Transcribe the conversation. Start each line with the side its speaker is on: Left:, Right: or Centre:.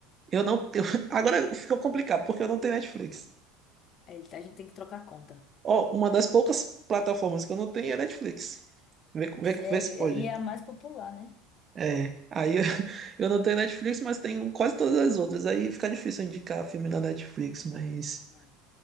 Right: Eu não tenho. <laughs> Agora ficou complicado, porque eu não tenho Netflix.
Left: É, a gente tem que trocar conta.
Right: Ó, uma das poucas plataformas que eu não tenho é Netflix. Vê, vê,
Left: Sério,
Right: vê se pode.
Left: é- e é a mais popular, né?
Right: É. Aí eu, <laughs> eu não tenho Netflix, mas tenho quase todas as outras. Aí fica difícil indicar filme na Netflix, mas.
Left: Hum.